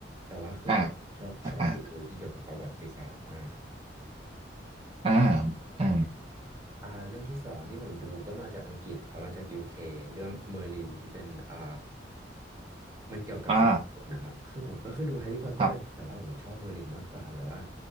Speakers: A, on the right (about 15°); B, on the right (about 30°).
A: แต่ว่าคือผมชอบชอบดูที่เกี่ยวกับประวัติศาสตร์มากครับ
B: อ่าอ่าอ่าอ่า
A: อ่ะอ่าเรื่องที่สองที่ผมดูก็มาจากอังกฤษครับมาจากยูเคเรื่องเมอร์ลินที่เป็นอ่ามันเกี่ยวกับมังกรนะครับคือผมก็เคยดูแฮร์รี่พอตเตอร์แต่ว่าผมชอบเมอร์ลินมากกว่าแบบว่า
B: อ่าครับ